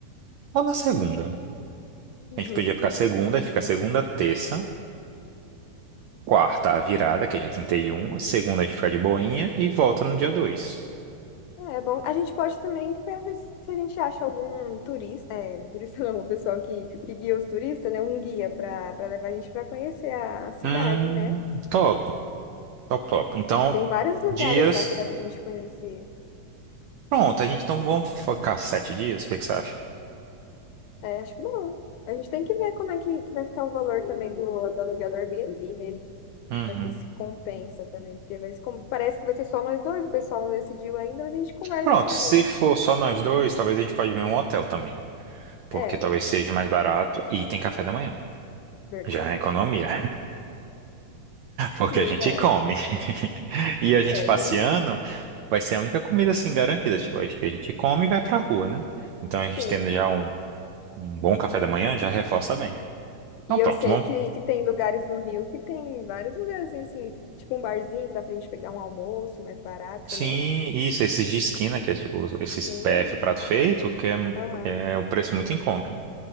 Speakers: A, on the right; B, on the left.
A: ou na segunda.
B: Uhum.
A: A gente podia ficar segunda, e fica segunda, terça, quarta, a virada, que é dia trinta e um segunda a gente fica de boinha e volta no dia dois
B: É é bom. A gente pode também ver se se a gente acha algum turista, é, turista não, o pessoal que, que guia os turistas, né? Um guia para levar a gente para conhecer a, a cidade,
A: Hum,
B: né?
A: top, top, top. Então,
B: Tem vários lugares
A: dias,
B: lá que dá pra gente conhecer.
A: pronto, a gente então vamos focar sete dias, o que que você acha?
B: É, acho bom. A gente tem que ver como é que, que vai ficar o valor também do, do aluguel do Airbnb, né?
A: Uhum.
B: Pra ver se compensa também. Porque vai, como, parece que vai ser só nós dois, o pessoal não decidiu ainda, mas a gente conversa
A: Pronto,
B: com
A: se
B: eles.
A: for só nós dois, talvez a gente pode ver um hotel também, porque
B: É,
A: talvez seja mais barato e tem café da manhã.
B: verdade.
A: Já é economia. O que
B: <laughs> Verdade.
A: a gente come. <laughs> E a gente
B: É,
A: passeando
B: tem isso.
A: vai ser a única comida assim garantida. Tipo, a gente a gente come e vai pra rua, né? Então a gente
B: Sim.
A: tendo já um, um bom café da manhã já reforça bem. Então
B: E eu
A: pronto,
B: sei
A: vamos.
B: que, que tem lugares no Rio que tem vários lugarzinhos assim, tipo um barzinho que dá pra gente pegar um almoço mais barato,
A: Sim,
B: né?
A: isso, esses de esquina, que é tipo esses
B: Sim,
A: PF prato feito, que é,
B: aham,
A: que é o preço muito em conta.